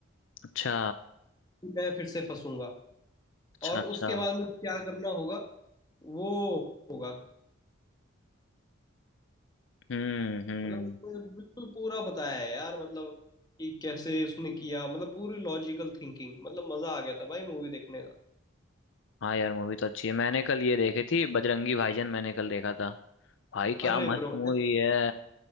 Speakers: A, on the left; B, on the left.
A: अच्छा
B: मैं फिर से फंसूंगा
A: अच्छा
B: और
A: अच्छा
B: उसके बाद मुझे क्या करना होगा वो होगा
A: हम्म हम्म
B: मतलब उसने बिल्कुल पूरा बताया है यार मतलब कि कैसे उसने किया मतलब पूरी लॉजिकल थिंकिंग मतलब मजा आ गया था भाई मूवी देखने का
A: हाँ यार मूवी तो अच्छी है मैंने कल ये देखी थी बजरंगी भाईजान मैंने कल देखा था भाई क्या
B: अरे
A: मस्त
B: ब्रो
A: मूवी है